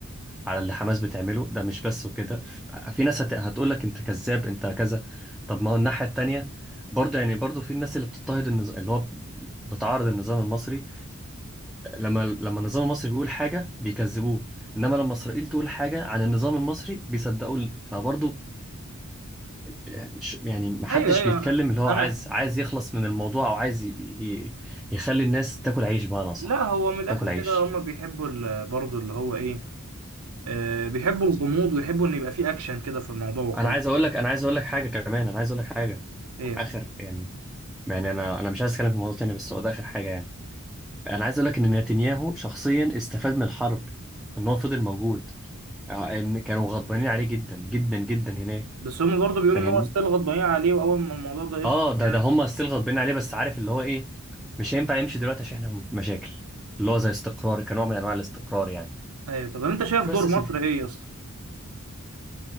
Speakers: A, in the centre; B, on the right.
A: على اللي حماس بتعمله ده مش بس وكده ف- في ناس هت... هتقول لك انت كذاب انت كذا طب ما هو الناحية التانية برضه يعني برضه في الناس اللي بتضطهد النظام اللي هو بتعارض النظام المصري لما لما النظام المصري بيقول حاجة بيكذبوه انما لما اسرائيل تقول حاجة عن النظام المصري بيصدقوه فبرضه يعني ش- يعني محدش
B: ايوه ايوه
A: بيتكلم اللي هو
B: انا
A: عايز عايز يخلص من الموضوع او عايز ي... ي... يخلي الناس تاكل عيش بقى انا صح
B: لا هو من الاخر
A: تاكل
B: كده
A: عيش
B: هم بيحبوا ال- برضه اللي هو ايه آه بيحبوا الغموض ويحبوا ان يبقى فيه اكشن كده في الموضوع وخلاص
A: انا عايز اقول لك انا عايز اقول لك حاجة كمان انا عايز اقول لك حاجة
B: ايه
A: اخر يعني يعني انا انا مش عايز اتكلم في الموضوع تاني بس هو ده اخر حاجه يعني انا عايز اقول لك ان نتنياهو شخصيا استفاد من الحرب ان هو فضل موجود آه، ان كانوا غضبانين عليه جدا جدا جدا هناك
B: بس هم برضه بيقولوا
A: فاهمني
B: ان هو استيل غضبانين عليه واول ما الموضوع ده يخلص
A: اه ده
B: يعني
A: ده هم ستيل غضبانين عليه بس عارف اللي هو ايه مش هينفع يمشي دلوقتي عشان احنا في مشاكل اللي هو زي استقرار كنوع من انواع الاستقرار يعني
B: ايوه طب انت شايف
A: بس
B: دور
A: يا
B: مصر
A: سيدي
B: ايه يا اسطى